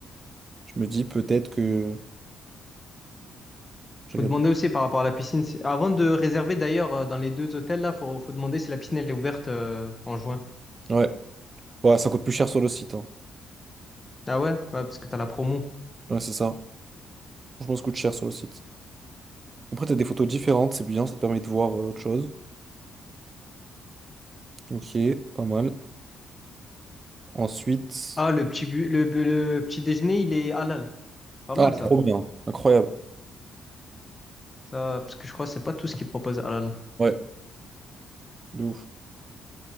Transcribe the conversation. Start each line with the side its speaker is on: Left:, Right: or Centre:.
Right: Je me dis peut-être que. Je regarde.
Left: Faut demander aussi par rapport à la piscine. si- Avant de réserver, d'ailleurs, euh, dans les deux hôtels, là, faut, faut demander si la piscine, elle est ouverte euh, en juin.
Right: Ouais. Ouais, ça coûte plus cher sur le site. hein.
Left: Ah ouais? Ouais, parce que t'as la promo.
Right: Ouais, c'est ça. Franchement, ça coûte cher sur le site. Après, t'as des photos différentes, c'est bien, ça te permet de voir euh, autre chose. Ok, pas mal. Ensuite.
Left: Ah, le petit, bu- le, bu- le petit déjeuner, il est halal. Pas
Right: Ah,
Left: mal, ça.
Right: trop bien. Incroyable.
Left: Ça, parce que je crois que c'est pas tout ce qu'ils proposent halal.
Right: Ouais, de ouf.